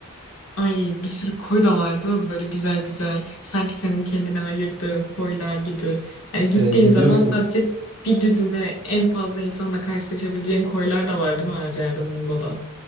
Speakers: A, on the left; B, on the right.
A: Ay bir sürü koy da vardı böyle güzel güzel. Sanki senin kendine ayırdığın koylar gibi. Yani gittiğin
B: E, ne
A: zaman
B: diyorsun?
A: sadece bir düzine en fazla insanla karşılaşabileceğin koylar da vardı mı her yerde Muğla'da?